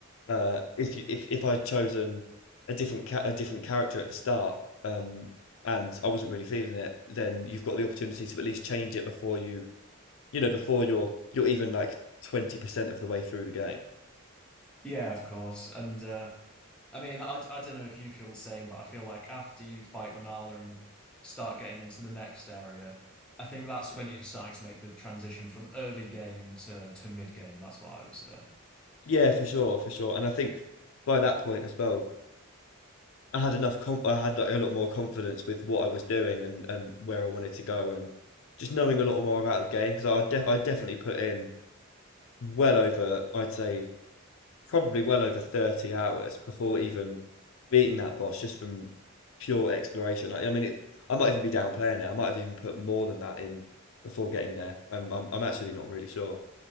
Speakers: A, on the left (about 65°); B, in the centre.
A: Uh, if you if if I'd chosen a different ca a different character at the start, um, and I wasn't really feeling it, then you've got the opportunity to at least change it before you you know, before you're you're even like 20% of the way through the game.
B: Yeah, of course. And uh, I mean, I I don't know if you feel the same, but I feel like after you fight Renala and start getting into the next area, I think that's when you're starting to make the transition from early game to to mid game. That's what I would say.
A: Yeah, for sure, for sure. And I think by that point as well, I had enough comp I had like a lot more confidence with what I was doing and and where I wanted to go and just knowing a lot more about the game because I de I definitely put in well over I'd say probably well over 30 hours before even beating that boss just from pure exploration. I, I mean, it, I might even be downplaying it. I might have even put more than that in before getting there. I'm, I'm, I'm actually not really sure.